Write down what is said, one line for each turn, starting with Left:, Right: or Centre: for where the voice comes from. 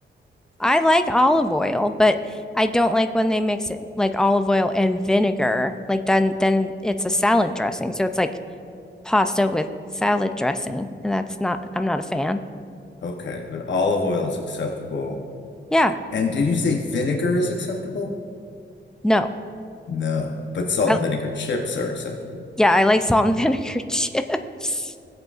Centre: I like olive oil, but I don't like when they mix it like olive oil and vinegar. Like then then it's a salad dressing. So it's like pasta with salad dressing, and that's not I'm not a fan.
Left: Okay, but olive oil is acceptable.
Centre: Yeah.
Left: And did you say vinegar is acceptable?
Centre: No.
Left: No, but salt
Centre: I
Left: and vinegar chips are acceptable.
Centre: Yeah, I like salt and vinegar <laughs> chips.